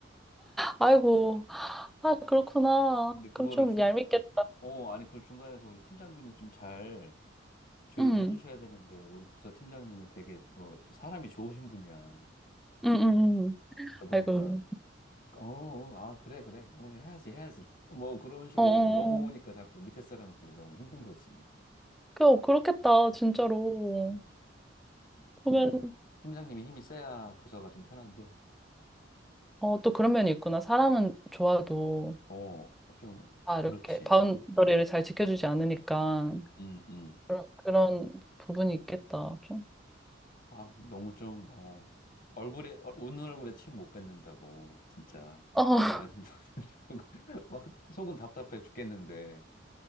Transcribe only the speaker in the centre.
아이고, 아, 그렇구나.
그럼 좀
얄밉겠다.
<laughs>
응.
응응응.
아이고.
어, 어,
어.
그, 어, 그렇겠다, 진짜로.
보면,
어, 또 그런 면이 있구나. 사람은 좋아도
다
이렇게 바운더리를 잘 지켜주지 않으니까
그런, 그런 부분이 있겠다, 좀.
어,
<laughs>